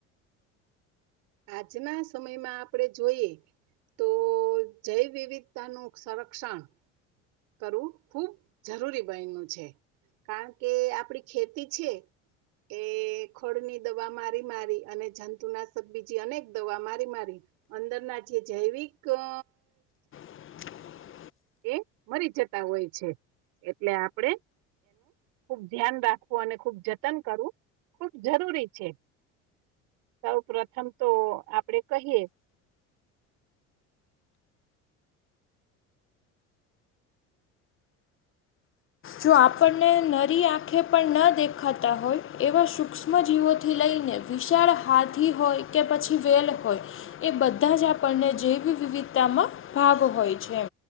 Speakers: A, on the right; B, on the left.
A: આજના સમયમાં આપણે જોઈએ. તો જૈવ વિવિધતાનું સંરક્ષણ કરવું ખૂબ જરૂરી બનનું છે, કારણ કે આપડી ખેતી છે. એ ખળની દવા મારી મારી અને જંતુનાશક બીજી અનેક દવા મારી મારી અંદરના જે જૈવિક અ
B: <inaudible>
A: એ મરી જતા હોય છે. એટલે આપડે ખુબ ધ્યાન રાખવું, અને જતન કરવું. ખુબ જરૂરી છે, સૌ પ્રથમ તો આપડે કહીએ.
B: જો આપણને નરી આંખે પણ ન દેખાતા હોય, એવા સૂક્ષ્મજીવોથી લઈને. વિશાળ હાથી હોય કે, પછી વેલ હોય. એ બધા જ આપણને જૈવ વિવિધતામાં ભાગ હોય છે.